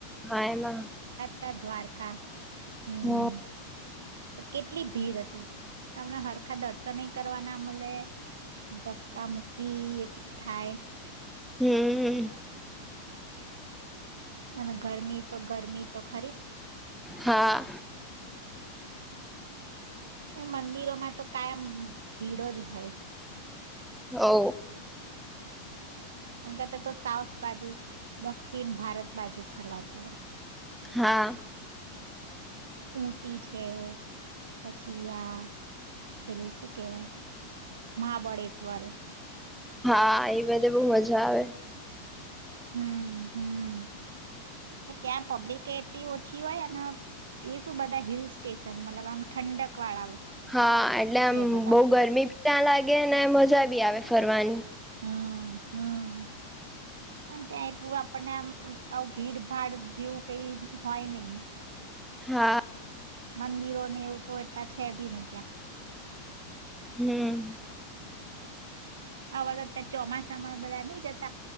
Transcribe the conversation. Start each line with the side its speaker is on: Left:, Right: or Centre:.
Centre: હા એમાં
Right: ત દ્વારકા હમ
Centre: હા
Right: કેટલી ભીડ હતી તમને હરખા દર્શન યે કરવા ના મળે ધક્કા મુૂકી એટલ થાય
Centre: હમ્મ.
Right: અને ગરમી તો ગરમી તો ખરી જ.
Centre: હા.
Right: મંદિરોમાં તો કાયમ ભીડ જ હોય.
Centre: હો.
Right: એમ કરતા તો સાઉથ બાજુ દક્ષિણ ભારત બાજુ ફરવા જવાય.
Centre: હા
Right: ઊંટી છે પછી આ પેલું શું કેવાય મહાબળેશ્વર
Centre: હા એ બધે બહુ મજા આવે.
Right: હમ હમ ત્યાં પબ્લિક એ એટલી ઓછી હોય અને એ શું બધા હિલ સ્ટેશન મતલબ આમ ઠંડક વાળા.
Centre: હા એટલે આમ
Right: છે બધા
Centre: બઉ ગરમી ભી ત્યાં લાગે ને મજા ભી આવે. ફરવાની.
Right: હમ હમ અને ત્યાં એટલું આપણને આમ આવુ ભીડ ભાડ જેવું કઈ હોય નહિ.
Centre: હા.
Right: મંદિરોને એવુ તો એટલા છે બી નઈ ત્યાં
Centre: હમ્મ.
Right: અવ તો અત્યારે ચોમાસામાં બધા નઈ જતા